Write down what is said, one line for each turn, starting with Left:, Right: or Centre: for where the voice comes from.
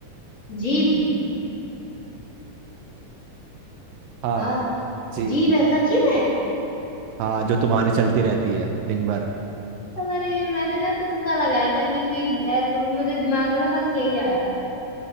Left: जीभ
Right: हाँ
Left: हाँ
Right: जी
Left: जीभ है सची में
Right: हाँ जो तुम्हारी चलती रहती है दिन भर
Left: अरे मैंने ना तुक्का लगाया था क्योंकि ऐसे मुझे दिमाग में ना बस यही आया